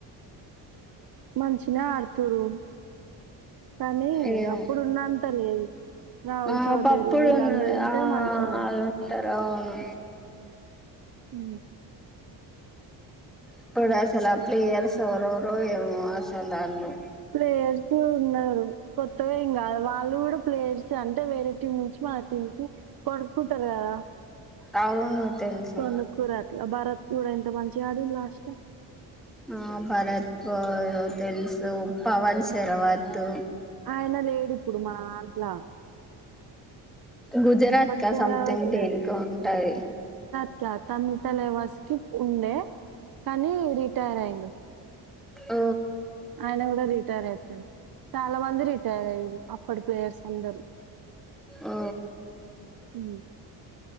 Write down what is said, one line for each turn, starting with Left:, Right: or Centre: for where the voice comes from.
Right: మంచినే ఆడుతురు కానీ
Centre: ఏమో
Right: అప్పుడున్నంత లేదు. రాహుల్
Centre: ఆ
Right: చౌదరి
Centre: ఒకప్పుడు
Right: వీళ్ళందరుూ
Centre: ఉన్న
Right: ఉంటే
Centre: ఆ
Right: మంచిగా ఆడుతారు.
Centre: అదంటారు అవును
Right: ఉ
Centre: ఇప్పుడు అసలు ప్లేయర్స్ ఎరరు ఏమో అసలు వాళ్ళు
Right: ప్లేయర్స్ ఉన్నారు కొత్తగా వాళ్ళు కూడా ప్లేయర్స్ అంటే వేరే టీం నుంచి మన టీం కి కొనుక్కుంటారు కదా
Centre: అవును తెలుసు
Right: కొను కూర అత్లా బర చూడ ఎంత మంచిగా ఆడు లాస్ట్ లో
Centre: ఆ భరత్ తెలుసు పవన్ శర్వతు
Right: ఆయన లేడు ఇప్పుడు మన అంట్లా
Centre: గుజరాత్ క
Right: శరావత్
Centre: సంథింగ్ దేనికో ఉంటాది
Right: లా తమిళ తలవాస్ కి ఉండే కానీ రిటైర్ అయిడు
Centre: ఆ
Right: ఆయన కూడా రిటైర్ అయితే చాలా మంది రిటైర్ అయ్యారు అప్పటి ప్లేయర్స్ అందరు
Centre: ఓ
Right: అ